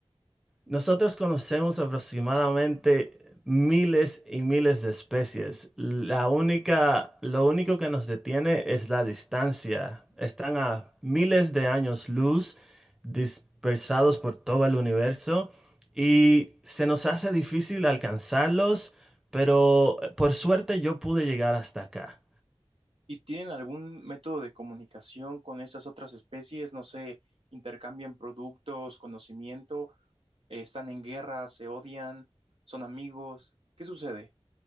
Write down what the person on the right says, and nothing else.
¿Y tienen algún método de comunicación con esas otras especies? No sé, intercambian productos, conocimiento, eh, están en guerra, se odian, son amigos. ¿Qué sucede?